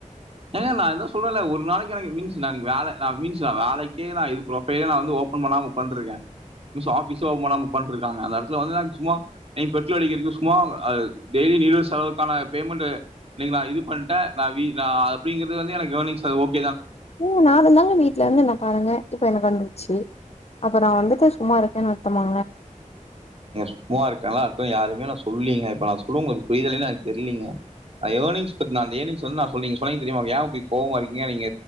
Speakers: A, on the right (about 50°); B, on the left (about 50°).
A: ஏங்க நா என்ன சொல்றல்ல ஒரு நாளைக்கு எனக்கு மிஞ்சு நானு இங்க வேல நா மீன்ஸ் நா வேலைக்கே நா இது ஃப்ராஃபிட் நா வந்து ஓப்பன் பண்ணாம உக்கான்டு இருக்க ஒரு நிம்ஷோ ஆபீஸ்சே ஓப்பன் பண்ணாம உட்கான்ட்டு இருக்காங்க அந்த எடத்துல வந்து நாங்க சும்மா ஏங்க பெட்ரோலு அடிக்கிறதுக்கு சும்மா டெய்லி நீ செலவுக்கான பேமெண்ட்டு இன்னிக்கு நா இது பண்ட நா வீ நா அப் அப்டிங்கிறது வந்து எனக்கு கவனி சார் ஓக்
B: உ நாலுநாள் வீட்ல இருந்தன் பாருங்க இப்ப எனக்கு வந்துச்சு அப்ப நா வந்துட்டு சும்மா இருக்கேன்னு அர்த்தமா
A: நீங்க சும்மா இருக்கலா அர்த்தம் யாருமே நா சொல்லீங்க இப்ப நா சொல்றது உங்களுக்கு புரியலைன்னா எனக்கு தெரியலீங்க அய்யோ ஏனிங்ஸ் நா ஏனிங்ஸ் வந்து நா சொல்லீங்க சொன்னீங்க தெரியுமா ஏன் இப்ப கோவமா இருக்கீங்க நீங்க